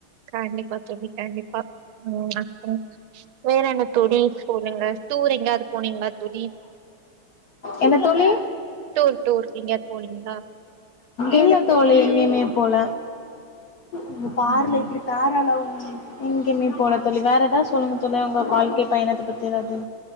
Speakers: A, on the right (about 75°); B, on the left (about 65°).
A: கண்டிப்பா தோழி கண்டிப்பா ம் அப்றோ வேற என்ன தோழி சொல்லுங்க. டூர் எங்யாவ்து போனீங்ளா தோழி?
B: என்ன தோழி
A: டூர் டூர்க்கெங்யாத் போனீங்களா?
B: இல்ல தோழி எங்கியுமே போல. இங்க பாருல
A: ம்
B: எப்படி தாரள எங்கியுமே போல தோழி வேற எதா சொல்லுங்க தோழி உங்க வாழ்க்கை பயணத்த பத்தி எதாது.